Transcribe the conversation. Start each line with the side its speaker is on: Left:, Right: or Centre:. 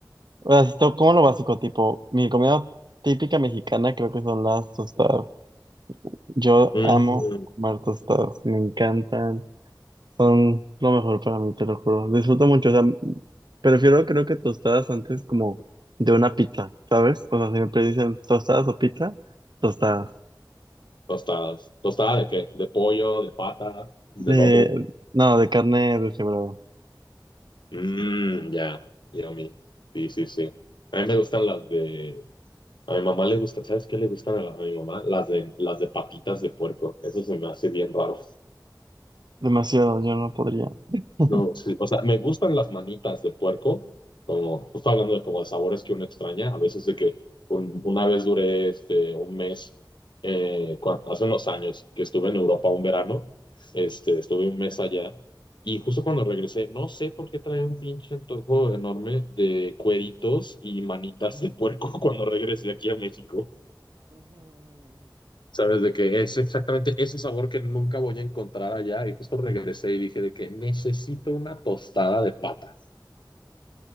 Right: o sea, esto como lo básico, tipo, mi comida típica mexicana creo que son las tostadas. Yo
Left: Mm,
Right: amo comer tostadas, me encantan, son lo mejor para mí, te lo juro. Disfruto mucho, o sea, prefiero creo que tostadas antes como de una pizza, ¿sabes? O sea, siempre dicen tostadas o pizza, tostadas.
Left: tostadas. ¿Tostada de qué? ¿De pollo, de pata, de
Right: De,
Left: lomo?
Right: no, de carne deshebrada.
Left: Mmm, ya, yummy. Sí, sí, sí. A mí me gustan las de... A mi mamá le gusta, ¿sabes qué le gustan a, la- a mi mamá? Las de, las de patitas de puerco. Eso se me hace bien raro.
Right: Demasiado, yo no podría. <laughs>
Left: No, sí. O sea, me gustan las manitas de puerco, como justo hablando de como de sabores que uno extraña, a veces de que un- una vez duré este, un mes, eh, cua- hace unos años que estuve en Europa un verano, este, estuve un mes allá y justo cuando regresé, no sé por qué traía un pinche antojo enorme de cueritos y manitas de puerco <laughs> cuando regresé aquí a México. Sabes, de que es exactamente ese sabor que nunca voy a encontrar allá. Y justo regresé y dije de que necesito una tostada de pata.